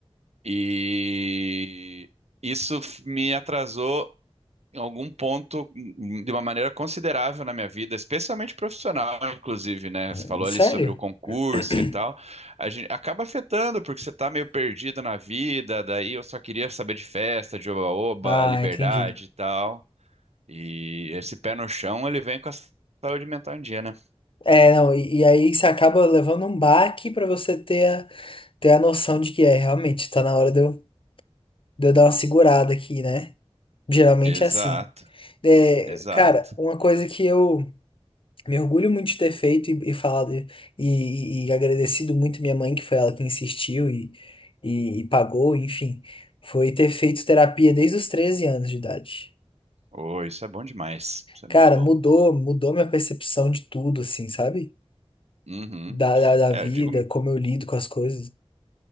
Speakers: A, on the right; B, on the left.
A: E isso f- me atrasou em algum ponto de uma maneira considerável na minha vida, especialmente profissional, inclusive, né?
B: Hum,
A: Você falou
B: Sério?
A: ali sobre o concurso
B: <clears throat>
A: e tal. A gente acaba afetando, porque você tá meio perdido na vida, daí eu só queria saber de festa, de oba-oba,
B: Ah,
A: liberdade
B: entendi.
A: e tal. E esse pé no chão, ele vem com a saúde mental em dia, né?
B: É, não, e, e aí você acaba levando um baque pra você ter a, ter a noção de que é, realmente, tá na hora de eu, de eu dar uma segurada aqui, né? Geralmente
A: Exato,
B: é assim. É,
A: exato.
B: cara, uma coisa que eu. Me orgulho muito de ter feito e, e falado e, e- e agradecido muito minha mãe, que foi ela que insistiu e, e, e pagou, enfim. Foi ter feito terapia desde os 13 anos de idade.
A: Oh, isso é bom demais. Isso é
B: Cara,
A: muito bom.
B: mudou, mudou minha percepção de tudo, assim, sabe?
A: Uhum.
B: Da, da, da
A: É,
B: vida,
A: eu digo,
B: como eu lido com as coisas.